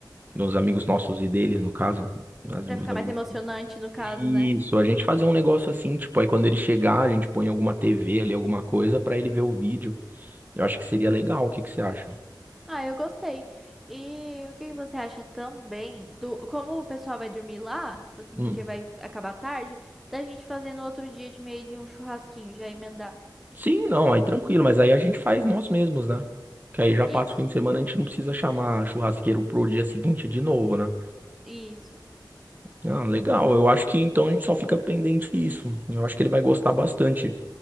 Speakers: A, on the right (about 25°); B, in the centre.
A: Dos amigos nossos e deles, no caso. Dos
B: Pra
A: meus
B: ficar
A: amigos.
B: mais emocionante no caso,
A: Isso,
B: né?
A: a gente fazer um negócio assim, tipo, aí quando ele chegar, a gente põe alguma TV ali, alguma coisa, pra ele ver o vídeo. Eu acho que seria legal, o que que você acha?
B: Ah, eu gostei. E o que que você acha também do como o pessoal vai dormir lá, tipo assim,
A: Hum.
B: porque vai acabar tarde, da gente fazer no outro dia de meio de um churrasquinho, já emendar.
A: Sim, não, aí tranquilo, mas aí a gente faz nós mesmos, né? Que aí já
B: Isso.
A: passa o fim de semana, a gente não precisa chamar churrasqueiro pro dia seguinte de novo, né?
B: Isso.
A: Ah, legal. Eu acho que então a gente só fica pendente isso. Eu acho que ele vai gostar bastante.